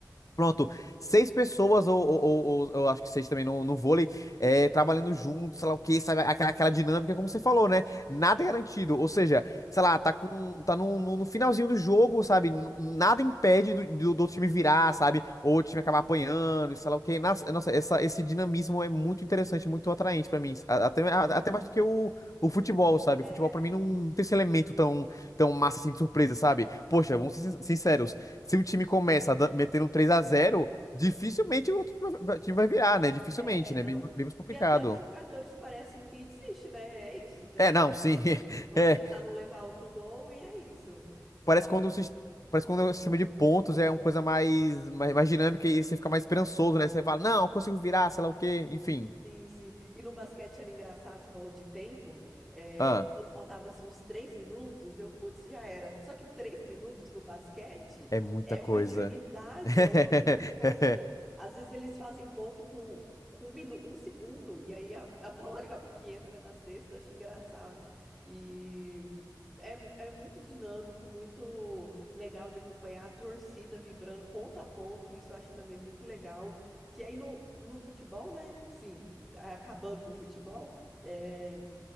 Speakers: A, on the left; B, in the centre.
A: Pronto, seis pessoas, ou, ou, ou- ou- eu acho que seis também no, no vôlei, é, trabalhando juntos, sei lá o que sabe? Aquela, aquela dinâmica, como você falou, né? Nada é garantido. Ou seja, sei
B: Sim.
A: lá, tá com, tá no, no, no finalzinho do jogo, sabe? N- Nada impede do, do, do outro time virar, sabe? Ou o time acabar apanhando, e sei lá o que Nossa, nossa, essa, esse dinamismo é muito interessante, muito atraente pra mim. A- Até, a-
B: Sim.
A: até mais do que o, o futebol, sabe?
B: É,
A: O futebol pra mim não tem esse elemento tão, tão massa assim de surpresa, sabe? Poxa, vamos ser sin- sinceros se um time começa da- metendo um 3x0, dificilmente o outro time vai vai- time vai virar, né? Dificilmente,
B: é,
A: né?
B: não.
A: Bem, bem mais complicado.
B: E até os jogadores parecem que desistem, né? É isso, três
A: É, não,
B: a
A: sim.
B: 0.
A: <laughs>
B: Vamos
A: É,
B: tentar não levar outro gol e é isso. Mas
A: parece quando o, sis- parece
B: <laughs>
A: quando o sistema de pontos é uma coisa mais, mais, mais dinâmica e você fica mais esperançoso, né? Você fala, não, eu consigo virar, sei lá o quê, enfim.
B: Sim, sim. E no basquete era engraçado, você falou de tempo. É,
A: Ah,
B: quando faltava assim, uns três minutos, eu, putz, já era. Só que três minutos no basquete
A: é muita
B: é
A: coisa.
B: uma eternidade,
A: <laughs>
B: é uma muita coisa. Às vezes eles fazem ponto com, com um, minu- um segundo, e aí a, a bola <laughs> acaba que entra na cesta, acho engraçado. E é, é muito dinâmico, muito legal de acompanhar a torcida vibrando ponto a ponto, isso eu acho também muito legal. Que aí no, no futebol, né? Sim acabando com o futebol, é,